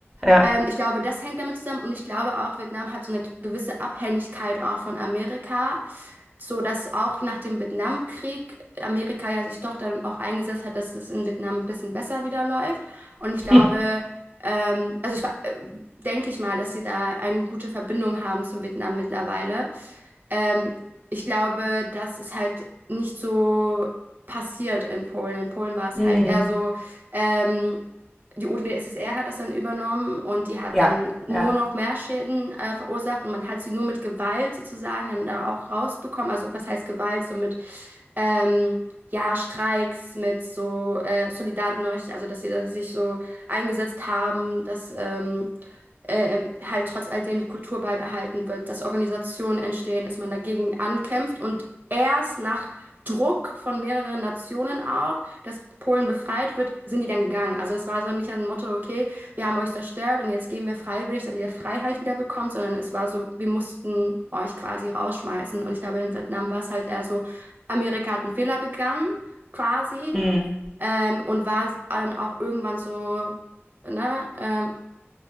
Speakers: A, in the centre; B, on the right.
A: ja,
B: Ähm, ich glaube, das hängt damit zusammen und ich glaube auch, Vietnam hat so eine gewisse Abhängigkeit auch von Amerika, so dass auch nach dem Vietnamkrieg Amerika ja sich doch dann auch eingesetzt hat, dass es in Vietnam ein bisschen besser wieder läuft. Und ich
A: <laughs>
B: glaube,
A: hm,
B: ähm, also ich wa- äh, denke ich mal, dass sie da eine gute Verbindung haben zum Vietnam mittlerweile. Ähm, ich glaube, das ist halt nicht so passiert in Polen. In Polen war es
A: mm,
B: halt eher so, ähm, die UdSSR hat das dann übernommen und die hat
A: ja,
B: dann nur
A: ja,
B: noch mehr Schäden äh, verursacht und man hat sie nur mit Gewalt sozusagen dann da auch rausbekommen. Also was heißt Gewalt? So mit ähm, ja, Streiks, mit so äh, Solidarność, also dass sie da sich so eingesetzt haben, dass ähm, äh, halt trotz alledem die Kultur beibehalten wird, dass Organisationen entstehen, dass man dagegen ankämpft und erst nach Druck von mehreren Nationen auch, dass Polen befreit wird, sind die dann gegangen. Also es war so nicht ein Motto, okay, wir haben euch zerstört und jetzt gehen wir freiwillig, damit ihr Freiheit wieder bekommt, sondern es war so, wir mussten euch quasi rausschmeißen. Und ich glaube, in Vietnam war es halt eher so, Amerika hat einen Fehler begangen, quasi,
A: mm.
B: ähm, und war dann auch irgendwann so, ne, ähm,